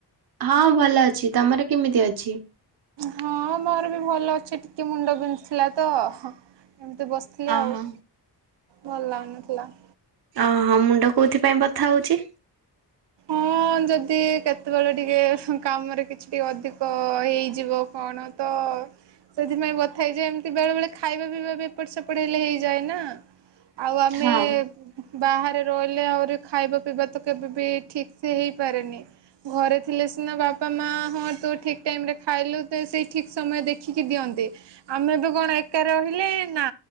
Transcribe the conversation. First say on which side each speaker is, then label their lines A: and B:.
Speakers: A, on the right; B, on the right.
A: ହଁ ଭଲ ଅଛି ତମର କେମିତି ଅଛି?
B: ହଁ ମୋର ବି ଭଲ ଅଛି ଟିକେ ମୁଣ୍ଡ ବିନ୍ଧୁଥିଲା ତ ହ ଏମିତି ବସିଥିଲି
A: ଓହୋ।
B: ଆଉ ଭଲ ଲାଗୁନଥିଲା।
A: ଓହୋ ମୁଣ୍ଡ କୋଉଥିପାଇଁ ବଥା ହଉଚି?
B: ହଁ ଯଦି କେତେବେଳେ ଟିକେ କାମରେ କିଛି ଟିକେ ଅଧିକ ହେଇଯିବ କଣ ତ ସେଥିପାଇଁ ବଥା ହେଇଯାଏ ଏମିତି ବେଳେ ବେଳେ ଖାଇବା ପିଇବା ଏପଟ ସେପଟ ହେଲେ ହେଇଯାଏ ନା। ଆଉ ଆମେ
A: ହଁ
B: ବାହାରେ ରହିଲେ ଆହୁରି ଖାଇବା ପିଇବା ତ କେବେ ବି ଠିକ୍ ସେ ହେଇପାରେନି। ଘରେ ଥିଲେ ସିନା ବାପା ମା ହଁ ତୁ ଠିକ୍ ଟାଇମ୍ ରେ ଖାଇଲୁ ତ ସେଇ ଠିକ୍ ସମୟ ଦେଖିକି ଦିଅ ନ୍ତି ଆମେ ଏବେ କଣ ଏକା ରହିଲେ ନା